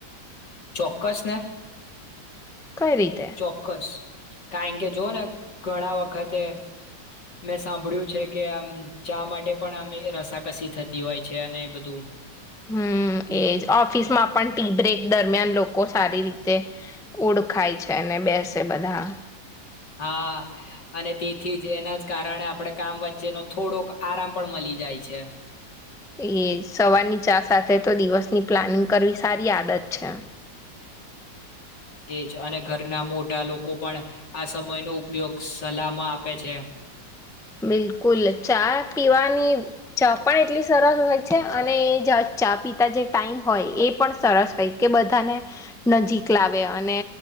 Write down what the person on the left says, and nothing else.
ચોક્કસ ને.
ચોક્કસ. કારણ કે જો ને ઘણા વખતે મેં સાંભળ્યું છે કે આમ ચા માટે પણ આમ રસાકસી થતી હોય છે અને એ બધું
હા અને તેથી જ એના જ કારણે આપણે કામ વચ્ચેનો થોડોક આરામ પણ મળી જાય છે.
એજ અને ઘરના મોટા લોકો પણ આ સમયનો ઉપયોગ સલાહમાં આપે છે.